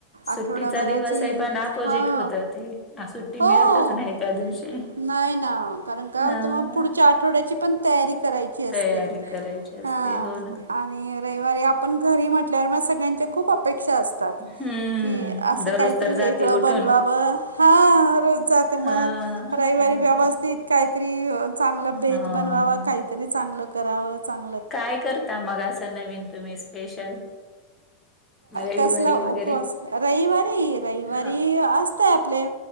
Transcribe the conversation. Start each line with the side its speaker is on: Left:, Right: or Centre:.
Left: सुट्टीचा
Right: आठवडाभराची
Left: दिवस आहे पण अपोजिट
Right: हो
Left: होत ते. आ, सुट्टी
Right: हो
Left: मिळतच नाही त्या दिवशी.
Right: नाही ना कारण काय
Left: हां,
Right: होत मग पुढच्या आठवड्याची पण तयारी- करायची असते
Left: तयारी करायची असते.
Right: हा.
Left: हो ना.
Right: आणि रविवारी आपण घरी म्हटल्यावर मग सगळ्यांच्या खूप अपेक्षा असतात. की
Left: हम्म
Right: अस
Left: दररोज
Right: काहीतरी
Left: तर
Right: वेगळं
Left: जाती उठून.
Right: बनवाव हा. रोज जाते
Left: अ
Right: मग रविवारी
Left: काय
Right: व्यवस्थित
Left: तर
Right: काहीतरी चांगल बेत
Left: अ
Right: बनवाव काहीतरी- तरी चांगलं कराव चांग
Left: काय? करता मग असं नवीन तुम्ही स्पेशल. रविवारी
Right: कसला
Left: वगैरे?
Right: उपवास रविवारी, रविवारी
Left: अ
Right: असतंय आपले-